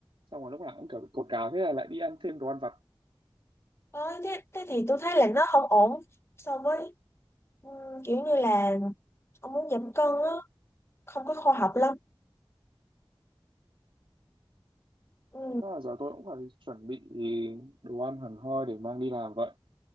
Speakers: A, on the right; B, on the left.
A: Xong rồi lúc nào cũng kiểu bị cồn cào thế là lại đi ăn thêm đồ ăn vặt.
B: Ơi, thế, thế thì tôi thấy là nó không ổn so với ừ, kiểu như là ông muốn giảm cân á không có khoa học lắm ừ.
A: Đó là giờ tôi cũng phải chuẩn bị đồ ăn hẳn hoi để mang đi làm vậy.